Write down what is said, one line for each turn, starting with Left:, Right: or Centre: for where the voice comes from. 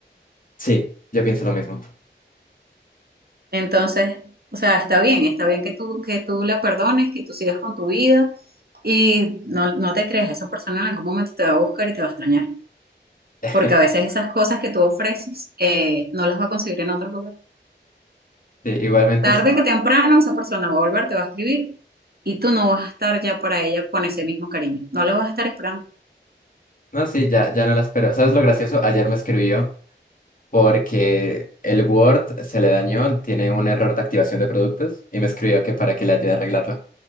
Left: Sí, yo pienso lo mismo.
Right: Entonces, o sea, está bien, está bien que tú, que tú la perdones, que tú sigas con tu vida y no, no te creas, esa persona en algún momento te va a buscar y te va a extrañar,
Left: <laughs>
Right: porque a veces esas cosas que tú ofreces eh, no las va a conseguir en otro lugar.
Left: Sí, igualmente
Right: Tarde
Left: sí.
Right: que temprano esa persona va a volver, te va a escribir y tú no vas a estar ya para ella con ese mismo cariño, no la vas a estar esperando.
Left: No, sí, ya, ya no la espero. ¿Sabes lo gracioso? Ayer me escribió. porque el Word se le dañó, tiene un error de activación de productos y me escribió que para que le ayude a arreglarlo.